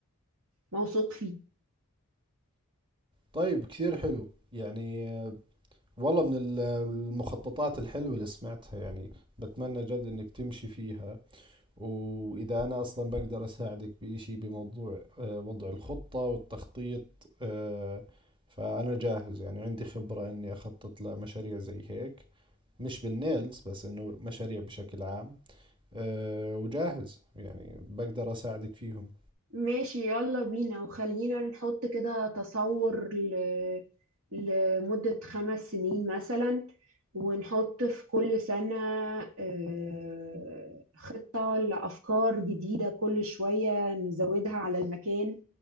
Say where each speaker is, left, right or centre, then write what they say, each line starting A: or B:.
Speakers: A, on the right (about 80°); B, on the right (about 20°).
A: موثوق فيه
B: طيب كثير حلو يعني آه، والله من ال- المخططات الحلوة اللي سمعتها يعني بتمنى جد انك تمشي فيها واذا انا اصلا بقدر اساعدك بإشي بموضوع آه، وضع الخطة والتخطيط آه، فانا جاهز يعني عندي خبرة اني اخطط لمشاريع زي هيك مش بالنيلز بس انه مشاريع بشكل عام أه وجاهز يعني بقدر اساعدك فيهم
A: ماشي يلا بينا وخلينا نحط كده تصور ل... لمدة خمس سنين مثلا ونحط في كل سنة آه، خطة لأفكار جديدة كل شوية نزودها على المكان